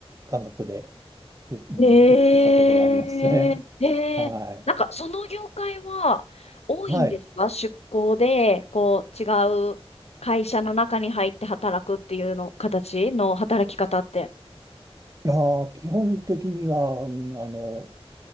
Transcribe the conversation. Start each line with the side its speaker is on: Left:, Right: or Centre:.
Right: 感覚で、えうん、
Left: ええ、
Right: 行ってたところありますね。
Left: ええ、
Right: <laughs> はい。
Left: なんかその業界は多いんですか出向で、
Right: はい。
Left: こう、違う会社の中に入って働くっていうの、形の働き方って。
Right: いやー基本的には、うん、あの、